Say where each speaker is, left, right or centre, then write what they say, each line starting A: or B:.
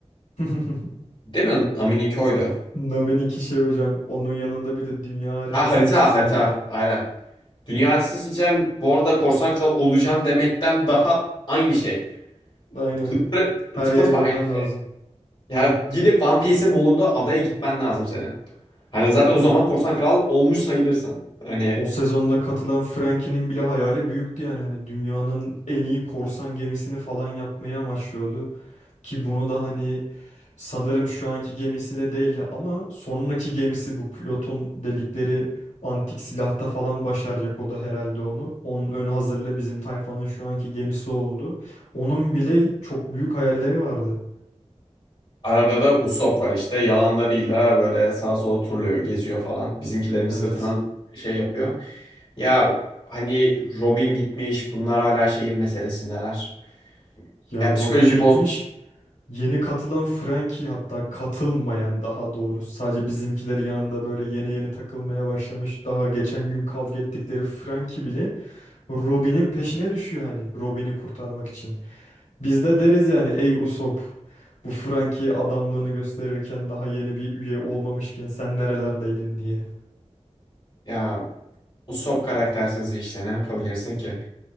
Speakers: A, on the left; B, on the left.
A: <laughs>
B: Değil mi? Amin'inki oydu.
A: Nami'ninki şey hocam onun yanında bir de dünya haritasını
B: Ha harita
A: çizmek
B: harita.
A: var.
B: Aynen. Dünyayı seçeceğim. Bu arada korsan kral olacağım demekten daha aynı şey.
A: Aynen.
B: Tıpa
A: Her
B: tıpatıp
A: yeri görmen
B: aynı şey.
A: lazım.
B: Ya gidip One Piece'in bulunduğu adaya gitmen lazım senin. Hani zaten o
A: Ya
B: zaman korsan kral olmuş sayılırsın. Hani
A: o sezonda katılan Frankie'nin bile hayali büyüktü yani hani dünyanın en iyi korsan gemisini falan yapmayı amaçlıyordu ki bunu da hani sanırım şu anki gemisiyle değil ama sonraki gemisi bu Plut'un delikleri antik silahta falan başaracak o da herhalde onu. Onun ön hazırlığı bizim tayfanın şu anki gemisi oldu. Onun bile çok büyük hayalleri vardı.
B: Arada da Usopp var işte. Yalanlarıyla böyle sağa sola turluyor, geziyor falan. Bizimkilerin sırtına
A: Evet.
B: şey yapıyor. Ya hani Robin gitmiş, bunlar hala şeyin meselesindeler.
A: Ya
B: Ya psikoloji
A: Robin gitmiş.
B: boz...
A: Yeni katılan Frankie hatta katılmayan daha doğrusu sadece bizimkileri yanında böyle yeni yeni takılmaya başlamış. Daha geçen gün kavga ettikleri Frankie bile Robin'in peşine düşüyor hani Robin'i kurtarmak için. Biz de deriz yani ey Usopp bu Frankie adamlığını gösterirken daha yeni bir üye olmamışken sen nerelerdeydin diye.
B: Ya Usopp karaktersiz işte ne yapabilirsin ki?